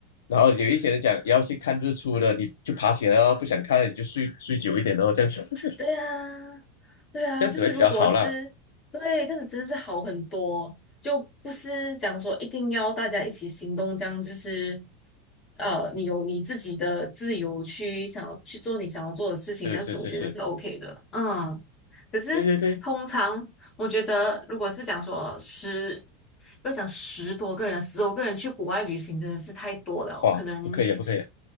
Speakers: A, on the left; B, on the left.
A: 然后有一些人讲要去看日出的，你就爬起来哦，不想看你就睡睡久一点哦，这样子 <laughs>
B: 对啊，对啊，
A: 这样子会比较好啦。
B: 就是如果是对，这样子真的是好很多，就不是讲说一定要大家一起行动，这样就是呃，你有你自己的自由去想要去做你想要做的事情，
A: 是是是是，
B: 这样子我觉得是 OK 的，嗯。可是通常我觉得，
A: 对对对。
B: 如果是讲说十，不要讲十多个人，十多个人去国外旅行真的是太多了，
A: 哇，
B: 可能
A: 不可以啊不可以啊